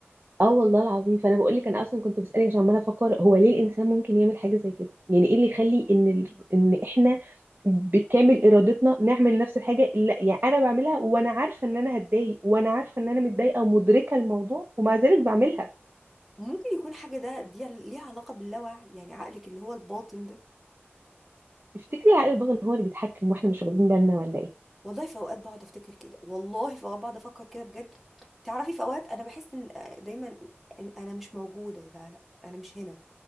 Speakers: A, on the right; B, in the centre.
A: اه والله العظيم فانا بقول لك انا اصلا كنت بسالك عشان عماله افكر هو ليه الانسان ممكن يعمل حاجه زي كده يعني ايه اللي يخلي ان ال... ان احنا بكامل ارادتنا نعمل نفس الحاجه اللي يعني انا بعملها وانا عارفه ان انا هتضايق وانا عارفه ان انا متضايقه ومدركه الموضوع ومع ذلك بعملها
B: ممكن يكون حاجه ده دي ليها علاقه باللاوعي يعني عقلك اللي هو الباطن ده
A: تفتكري العقل الباطن هو اللي بيتحكم واحنا مش واخدين بالنا ولا ايه
B: والله في اوقات بقعد افتكر كده والله في اوقات بقعد افكر كده بجد تعرفي في اوقات انا بحس ان آه، دايما ان انا مش موجوده لا لا انا مش هنا